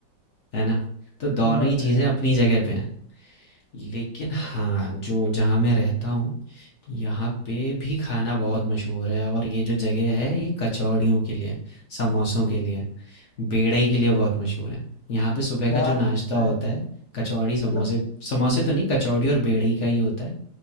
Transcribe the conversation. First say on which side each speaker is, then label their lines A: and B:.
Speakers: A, on the left; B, on the left.
A: है ना? तो दोनों
B: ये बात
A: ही चीज़ें
B: तो है
A: अपनी जगह पे हैं। लेकिन हाँ, जो जहाँ मैं रहता हूँ, यहाँ पे भी खाना बहुत मशहूर है और ये जो जगह है ये कचौड़ियों के लिए, समोसों के लिए। बेड़ई के लिए बहुत मशहूर है यहाँ पे सुबह का
B: यार
A: जो नाश्ता होता
B: अ,
A: है कचौड़ी समोसे
B: मतलब
A: समोसे तो नहीं कचौड़ी और बेड़ई का ही होता है